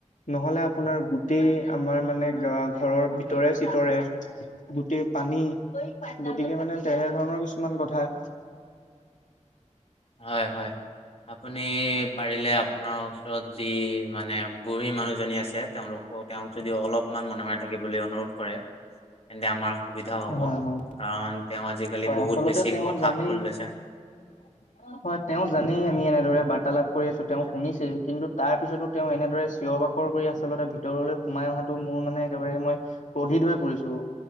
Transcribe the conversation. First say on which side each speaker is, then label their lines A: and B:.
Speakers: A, on the left (about 80°); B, on the left (about 50°).
A: নহ'লে আপোনাৰ গোটেই আমাৰ মানে ঘৰৰ ভিতৰে-চিতৰে গোটেই পানী। গতিকে মানে তেনে ধৰণৰ কিছুমান কথা
B: হয়, হয়, আপুনি পাৰিলে আপোনাৰ ওচৰত যি মানে বুঢ়ী মানুহজনী আছে, তেওঁলোকৰ তেওঁক যদি অলপমান মনে- মনে থাকিবলৈ অনুৰোধ কৰে, তেন্তে আমাৰ সুবিধা হ'ব,
A: হয় হয়
B: কাৰণ তেওঁ আজিকালি
A: হয়
B: বহুত
A: আচলতে
B: বেছি
A: তেওঁ
B: কথা
A: জানেই
B: ক'বলৈ লৈছে।
A: <inaudible> হয়, তেওঁ জানেই, আমি এনেদৰে বাৰ্তালাপ কৰি আছোঁ। তেওঁ শুনিছেই, কিন্তু তাৰ পিছতো তেওঁ এনেদৰে চিঞৰ বাখ <unintelligible> আচলতে ভিতৰলৈ সোমাই অহাটো মোৰ মানে একেবাৰে মই ক্ৰোধিত হৈ পৰিছোঁ।